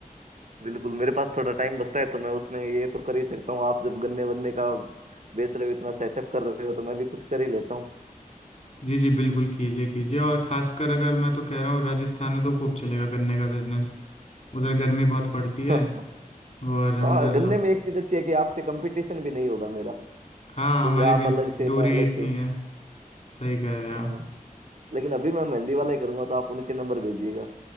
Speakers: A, on the right (about 60°); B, on the left (about 55°).
A: बिल्कुल मेरे पास थोड़ा टाइम बचता है तो मैं उसमें ये तो कर ही सकता हूँ आप जब गन्ने वन्ने का बेच रहे हो इतना सेटअप कर रहे हो तो मैं भी कुछ कर ही लेता
B: जी जी बिल्कुल कीजिए कीजिए और खासकर अगर मैं तो कह रहा हूँ राजस्थान में तो खूब चलेगा गन्ने का बिजनेस उधर गर्मी बहुत पड़ती है
A: हूँ <laughs>
B: और
A: हाँ
B: उधर लो
A: गन्ने में एक चीज अच्छी है कि आपसे कंपटीशन भी नहीं होगा मेरा
B: हाँ
A: क्योंकि
B: हमारे
A: आप
B: बीच
A: अलग से
B: दूरी
A: मैं अलग
B: इतनी
A: से
B: है सही कह रहे हैं
A: हाँ
B: आप
A: लेकिन अभी मैं मेहंदी वाला ही करूंगा तो आप उनके नंबर भेजिएगा